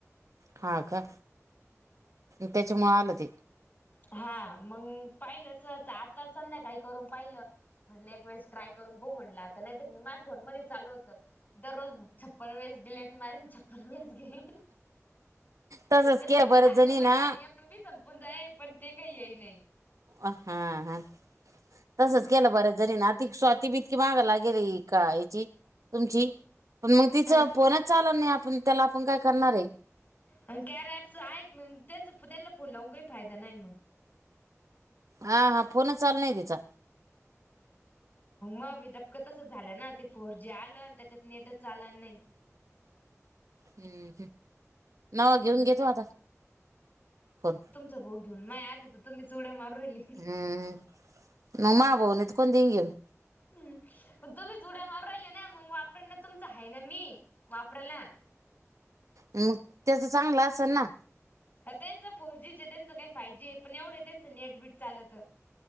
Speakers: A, on the right (about 75°); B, on the left (about 35°).
A: हा का त्याच्यामुळ आल ते.
B: हा मग पाहिलच आता संध्याकाळी करून पाहिल. म्हटल एक वेळेस ट्राय करून पाहू म्हटल आता नाहीतर माझ्या फोन मध्ये चालू होत. दररोज छप्पन वेळेस डिलेट मारीन. रस घे
A: तसच
B: त्याच्यात
A: केलं
B: मी
A: बऱ्याच
B: सांगते
A: जणी
B: मे
A: ना
B: कार्या. लांबी संपून जाई पण ते काही येई नाही.
A: अ हा हा तसच
B: हम्म.
A: केल बर जरी ना. स्वाती बतकी महागाय लागेल का याची तुमची. तिचं
B: हा
A: पोनच चाल नाही आपण त्याला आपण काय करणार आहे.
B: अ कॅर पच आहे मग त्यांच त्यांना फोन लावून काही फायदा नाही मग.
A: हा हा फोनच चाल नाही तिचा.
B: मगी पक तसं झालं ना ते फोर जी आलं आणि त्याच्यात नेटच आलं नाही.
A: हम्म ह नवा घेऊन
B: म्हण
A: घेतो आता फण.
B: ब घेऊनग आ य तुम्ही चुड्या मार राहिली.
A: हम्म मग मा भाऊन त कोण देन घेऊन.
B: ह तुम्ही च उुड्या मार राहिले ना मग वापराय ना तुमच आहे ना मी वापराय ना.
A: मग त्याच चांगलं असेल ना.
B: त्यांच फोर जीचे त्यांचं काही फाय जी आहे पण एवढं त्यांचं नेटबी लत.